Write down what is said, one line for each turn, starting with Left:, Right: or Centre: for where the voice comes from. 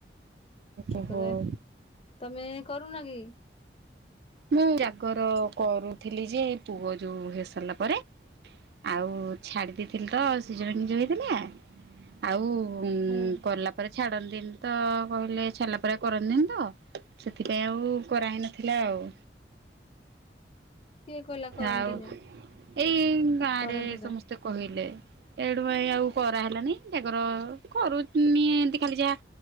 Left: ତାପରେ
Right: ଓହୋ
Left: ତମେ। କରୁନ କି?
Right: ମୁଁ ଜାଗର କରୁଥିଲି ଯେ ପୁଅ ଯୋଉ ହେଇସାରିଲା ପରେ ଆଉ ଛାଡି ଦେଇଥିଲି ତ ସିଜରିଙ୍ଗ ଯୋଉ ହେଇଥିଲା। ଆଉ ଉଁ,
Left: ହଁ
Right: କଲା ପରେ ଛାଡ଼ନ୍ତିନି ତ କହିଲେ ଛାଡ଼ିଲା ପରେ ଆଉ କରନ୍ତିନି ତ। ସେଥିପାଇଁ ଆଉ କରା ହେଇନ ଥିଲା ଆଉ।
Left: କିଏ କହିଲା କରନ୍ତିନି।
Right: ଆଉ ଏଇ ଗାଁରେ
Left: କରନ୍ତି ତ
Right: ସମସ୍ତେ କହିଲେ। ଏଇଠୁ ପାଇଁ ଆଉ କରାହେଲାନି ଜାଗର କରୁନି ଏମତି ଖାଲି ଯାହା